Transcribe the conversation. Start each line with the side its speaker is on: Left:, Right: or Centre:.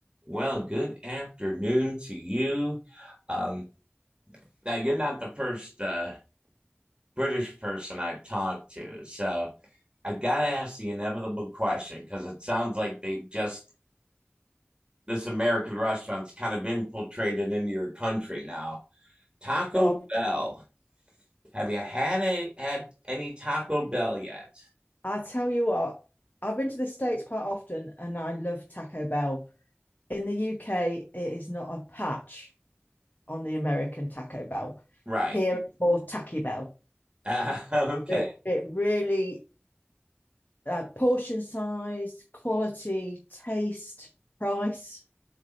Right: Well, good afternoon to you. Um, now, you're not the first uh, British person I've talked to. So I've got to ask the inevitable question because it sounds like they've just, this American restaurant's kind of infiltrated into your country now. Taco
Left: Go on.
Right: Bell. Have you had a, had any Taco Bell yet?
Left: I tell you what, I've been to the States quite often and I love Taco Bell. In the UK, it is not a patch on the American Taco Bell.
Right: Right.
Left: Here, it's more Tacky Bell.
Right: Uh, <laughs> okay.
Left: It, it really, uh, portion size, quality, taste, price.